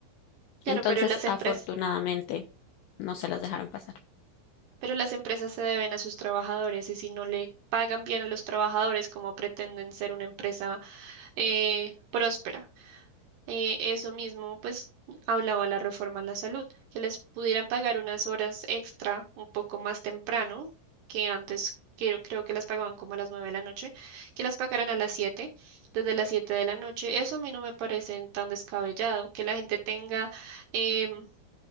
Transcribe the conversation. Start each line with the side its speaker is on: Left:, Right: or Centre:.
Left: Entonces,
Right: Claro, pero las
Left: afortunadamente,
Right: empresas
Left: no se las dejaron pasar.
Right: Pero las empresas se deben a sus trabajadores y si no le pagan bien a los trabajadores, como pretenden ser una empresa eh, próspera? Eh, eso mismo, pues, hablaba la reforma a la salud, que les pudieran pagar unas horas extra un poco más temprano que antes. Creo, creo que las pagaban como a las nueve de la noche, que las pagaran a las siete, desde las siete de la noche. Eso a mí no me parece tan descabellado, que la gente tenga em,